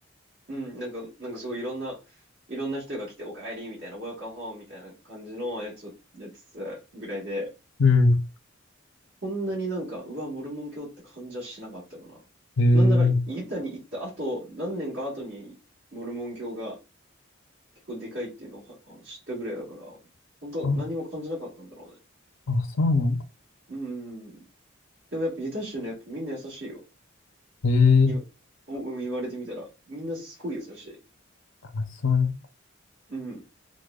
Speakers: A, on the right; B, on the left.
A: うん、なんか、なんかすごいいろんな、いろんな人が来て、おかえりみたいな、ウェルカム m home みたいな感じのやつをやってたぐらいで、
B: うん。
A: こんなになんか、うわ、モルモン教って感じはしなかったかな。
B: へえ。
A: なんなら、ユタに行った後、何年か後に、モルモン教が結構でかいっていうのをは知ったぐらいだから、本当何も感じなかったんだろうね。
B: あ、あ、そうなんだ。
A: うん。でもやっぱユタ州ね、やっぱみんな優しいよ。
B: へえ。
A: 言わ、おうん言われてみたら、みんなすごい優しい。
B: あ、そうなん
A: うん。